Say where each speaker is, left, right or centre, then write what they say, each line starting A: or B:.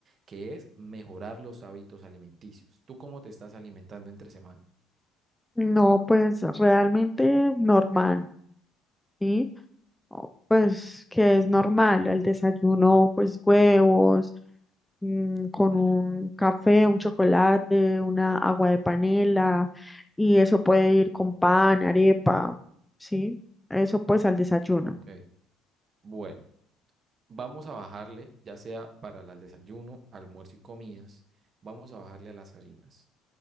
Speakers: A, on the right (about 45°); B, in the centre.
A: que es mejorar los hábitos alimenticios. ¿Tú cómo te estás alimentando entre semana?
B: No, pues realmente normal, ¿sí? o- Pues que es normal, el desayuno, pues huevos, mm, con un café, un chocolate, una agua de panela, y eso puede ir con pan, arepa, ¿sí? Eso pues al desayuno.
A: Ok, Bueno, vamos a bajarle, ya sea para el desayuno, almuerzo y comidas, vamos a bajarle a las harinas,